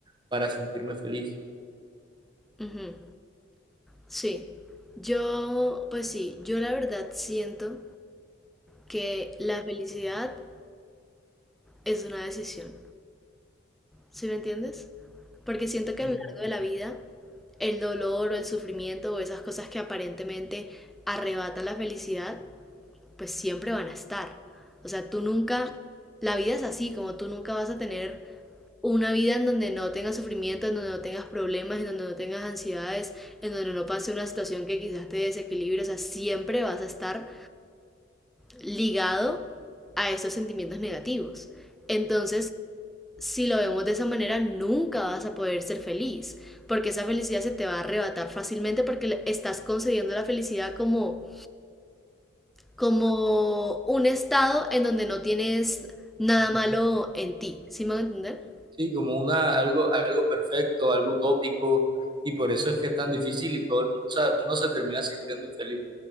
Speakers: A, on the right; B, in the centre.
A: para sentirme feliz.
B: Ujú, Sí. Yo, pues sí, yo la verdad siento que la felicidad es una decisión. ¿Sí me entiendes? Porque siento que
A: Ujú.
B: a lo largo de la vida, el dolor o el sufrimiento o esas cosas que aparentemente arrebatan la felicidad, pues siempre van a estar. O sea, tú nunca, la vida es así, como tú nunca vas a tener una vida en donde no tengas sufrimiento, en donde no tengas problemas, en donde no tengas ansiedades, en donde no pase una situación que quizás te desequilibre. O sea, siempre vas a estar ligado a esos sentimientos negativos. Entonces, si lo vemos de esa manera, nunca vas a poder ser feliz, porque esa felicidad se te va a arrebatar fácilmente porque estás concediendo la felicidad como, como un estado en donde no tienes nada
A: Ujú.
B: malo en ti. ¿Sí me van a entender?
A: Sí, como una, algo, algo perfecto, algo utópico, y por eso es que es tan difícil y todo el, mu- o sea, uno se termina sintiendo infeliz.